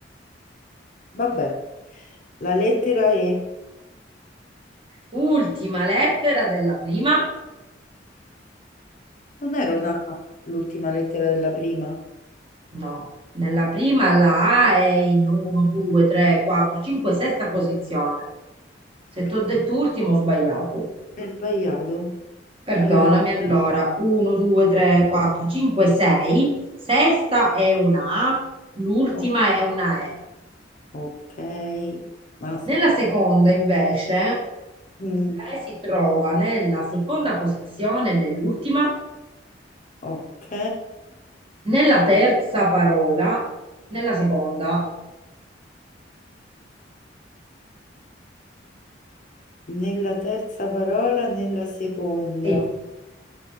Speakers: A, on the left; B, on the right.
A: Vabbè. La lettera E.
B: Ultima lettera della prima.
A: Non era una A, l'ultima lettera della prima?
B: No, nella prima la A è in 1, 2, 3, 4, 5, sesta posizione. Se ti
A: Eh,
B: ho detto
A: no,
B: ultimo ho sbagliato.
A: È sbagliato.
B: Perdonami
A: Allora,
B: allora. 1, 2,
A: due.
B: 3, 4, 5, 6. Sesta è una A, l'ultima
A: O-
B: è una E.
A: ok, aspetta.
B: Nella seconda invece,
A: Mm,
B: lei si trova nella seconda posizione, nell'ultima,
A: ok,
B: nella terza parola, nella seconda.
A: nella terza parola, nella seconda.
B: Sì,